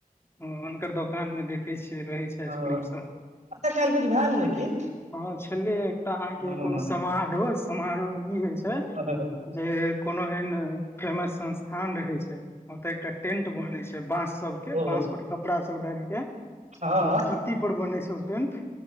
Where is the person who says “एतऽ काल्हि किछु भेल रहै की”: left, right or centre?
Right